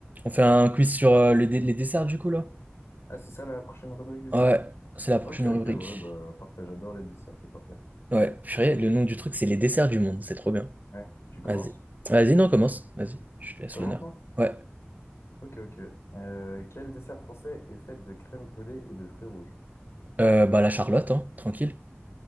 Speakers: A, on the right; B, on the left.
A: On fait un quiz sur euh, le dé- les desserts du coup là?
B: Ah, c'est ça la prochaine rubrique du coup?
A: Ouais, c'est la prochaine
B: Ok, ok,
A: rubrique.
B: ouais, bah parfait, j'adore les desserts, c'est parfait.
A: Ouais, purée, le nom du truc c'est les desserts du monde, c'est trop bien.
B: Ouais. Tu commences?
A: Vas-y. Vas-y, non, commence. Vas-y, je te laisse
B: Je commence
A: l'honneur.
B: moi?
A: Ouais.
B: Ok, ok. Euh, quel dessert français est fait de crème brûlée et de fruits rouges?
A: Euh, bah la Charlotte, hein, tranquille.